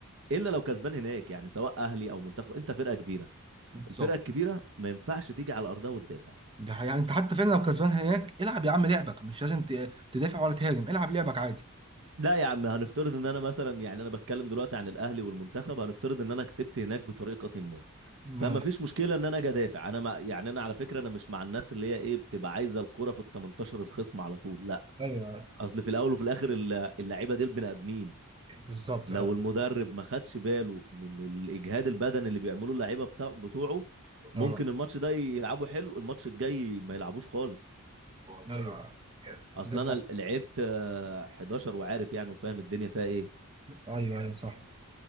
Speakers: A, on the right; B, on the right.
A: الا لو كسبان هناك يعني سواء اهلي او منتخب انت فرقه كبيره
B: بالظبط
A: الفرقه الكبيره ما ينفعش تيجي على ارضها وتدافع
B: ده حقيقه انت حتى فعلا لو كسبان هناك العب يا عم لعبك مش لازم ت- تدافع ولا تهاجم العب لعبك عادي
A: لا يا عم هنفترض ان انا مثلا يعني انا بتكلم دلوقتي عن الاهلي والمنتخب هنفترض ان انا كسبت هناك بطريقه ما فما
B: ماشي
A: فيش مشكله ان انا اجي ادافع انا ما يعني انا على فكره انا مش مع الناس اللي هي ايه بتبقى عايزه الكره في ال 18 الخصم على طول لا
B: ايوه أيوة.
A: اصل في الاول وفي الاخر الل- اللعيبه دي البني ادمين
B: بالظبط
A: لو
B: فعلا
A: المدرب ما خدش باله من الاجهاد البدني اللي بيعملوه اللعيبه بتاع بتوعه ممكن
B: اه
A: الماتش ده يلعبوا حلو الماتش الجاي ما يلعبوش خالص
B: ايوه
A: اصل
B: ده
A: انا
B: حق.
A: لعبت آه، 11 وعارف يعني وفاهم الدنيا فيها ايه
B: ايوه ايوه صح